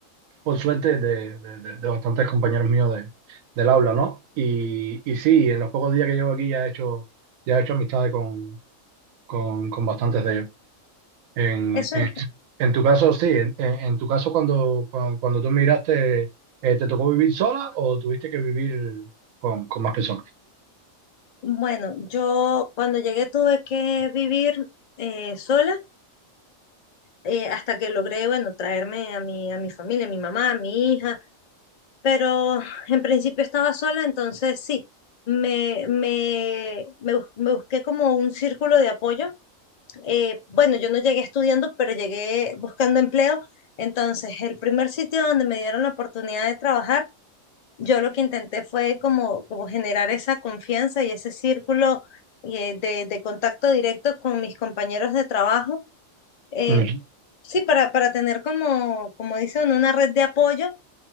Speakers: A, on the right; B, on the left.
A: por suerte, de, de- de- de bastantes compañeros míos de, del aula, ¿no? Y, y sí, en los pocos días que llevo aquí ya he hecho, ya he hecho amistades con, con, con bastantes de ellos. En,
B: eso
A: en,
B: es,
A: en tu caso, sí, en, en- en tu caso, cuando, cuando, cuando tú emigraste, eh, ¿te tocó vivir sola o tuviste que vivir con, con más personas?
B: bueno, yo cuando llegué tuve que vivir eh, sola eh, hasta que logré, bueno, traerme a mi, a mi familia, a mi mamá, a mi hija, pero en principio estaba sola, entonces sí, me, me, me, bus- me busqué como un círculo de apoyo. Eh, bueno, yo no llegué estudiando, pero llegué buscando empleo, entonces el primer sitio donde me dieron la oportunidad de trabajar, yo lo que intenté fue como, como generar esa confianza y ese círculo eh, de, de contacto directo con mis compañeros de trabajo. eh,
A: Ujú.
B: Sí, para, para tener como, como dice uno, una red de apoyo.